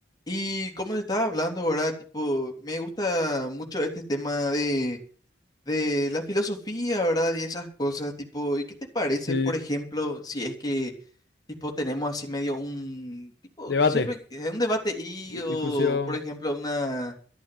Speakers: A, on the left (about 20°); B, on the left (about 65°).
A: Y como te estaba hablando, ¿verdad? Tipo, me gusta mucho este tema de, de la filosofía, ¿verdad? Y esas cosas, tipo, ¿y qué te parece,
B: Sí,
A: por ejemplo, si es que, tipo, tenemos así medio un, tipo,
B: debate,
A: siempre eh, un debate y,
B: di-
A: o,
B: discusión,
A: por ejemplo, una,